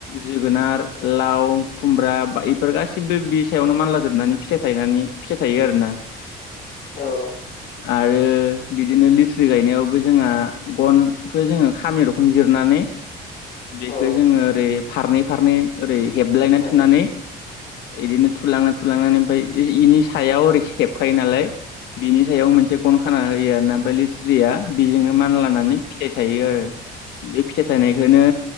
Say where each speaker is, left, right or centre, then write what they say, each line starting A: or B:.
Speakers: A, on the left; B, on the left.
A: जोगोनार,
B: औ
A: लाउ, खुमब्रा बे-इफोर गासिबो बि सायावनो मानला जोबनानै फिथाइ थायनानै फिथाइ थायो आरो ना।
B: औ
A: आरो बिदिनो लिथ्रि गायनायावबो जोंहा गनखौ जोंङो खामि रोखोम जिरना नै बेखौ
B: औ
A: जोंङो ओरै फारनै फारनै ओरै हेबलायनानै
B: औ
A: थुनानै बिदिनो थुलांनानै थुलांनानै ओमफाय इनि सायाव ओरै हेबखायो नालाय बिनि सायाव मोनसे गन खाना होयो आर ना ओमफ्राय लिस्रिया बेजोंनो मान लानानै फिथाइ थायो आरो बे फिथाइ थाइनायखौनो